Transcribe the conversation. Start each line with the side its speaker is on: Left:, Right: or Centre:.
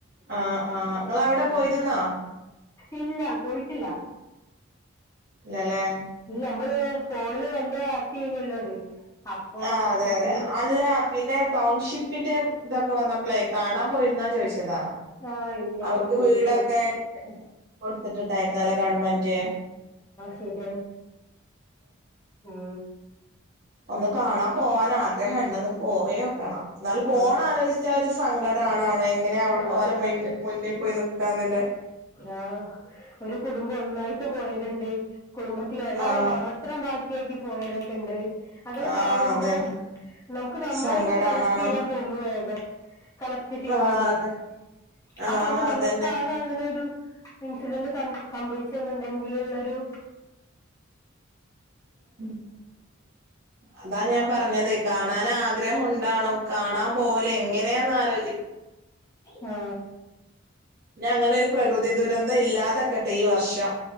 Right: ആഹ് ആഹ് ഇങ്ങളവിടെ
Left: ഉം.
Right: പോയിരുന്നോ?
Left: ഇല്ല പോയിട്ടില്ല
Right: ഇല്ലല്ലേ?
Left: ഇല്ല അമ്മള് ഫോണില് വെല്യ വാർത്തയേനിയല്ലോ അത്. അപ്പോ
Right: ആഹ് അതെ
Left: അതില്
Right: അതെ അല്ല പിന്നെ ടൗൺഷിപ്പിന്റെ ഇതൊക്കെ വന്നപ്പളെ കാണാൻ പോയിരുന്നോ ചോദിച്ചതാ
Left: ആ ഇല്ല
Right: അവർക്ക്
Left: നമ്മള് പോയിട്ടില്ല
Right: വീടൊക്കെ കൊടുത്തിട്ടുണ്ടായിരുന്നല്ലോ ഗവണ്മെന്റ്
Left: വീട്കള് ഉം
Right: ഒന്ന് കാണാൻ പോവാന് ആഗ്രഹം ഇണ്ടെന്ന് പോയോക്കണം എന്നാല് പോണഹ്
Left: ആ
Right: ആലോയ്ച്ചാ ഒരു സങ്കടം ആണണോയ് എങ്ങനെ
Left: ആ
Right: ഓലെ മു മുന്ന് പോയി ന്ന്ക്കാന്ന്ല്ലേ
Left: ആഹ് ഒരു കുടുംബം ഒന്നായ്ട്ട് പോയത്ണ്ട് കുടുംബത്തില് ഒരാളെ
Right: ആഹ്
Left: മാത്രം ബാക്കിയാക്കി പോയോലൊക്കെ ഇണ്ട് അതണ്ട്
Right: ആഹ്
Left: കാണുമ്പോ
Right: അതന്നെ
Left: നമുക്ക് നമ്മളായിട്ട്
Right: സങ്കടാണാണോ
Left: കണക്ട് ചെയ്യാൻ തോന്നോ വേഗം കണക്ക്‌റ്റ് ചെയ്യും
Right: ആഹ്
Left: നമ്മള്
Right: അതെ ആഹ്
Left: ആ സമയം നമക്കാണ്
Right: അതന്നെ
Left: അങ്ങനെ ഒരു ഇൻസിഡന്റ് സംഭവിച്ചത് ന്നുണ്ടെങ്കിലുള്ളൊരു
Right: ഉം അതാ ഞാൻ പറഞ്ഞത് കാണാൻ ആ ഗ്രഹം ഉണ്ടാണും കാണാൻ പോല് എങ്ങനെന്ന് ആലോ
Left: ഹ്
Right: ഇഞ് അങ്ങനെ ഒരു പ്രകൃതി ദുരന്തം ഇല്ലാതക്കട്ടെ ഈ വർഷം